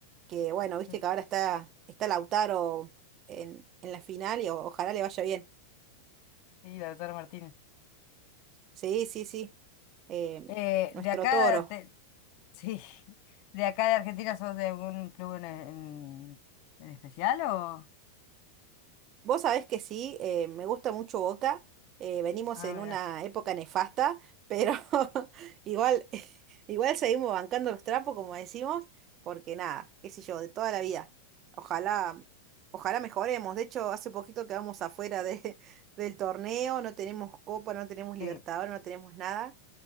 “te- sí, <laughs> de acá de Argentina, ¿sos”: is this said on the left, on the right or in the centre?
Left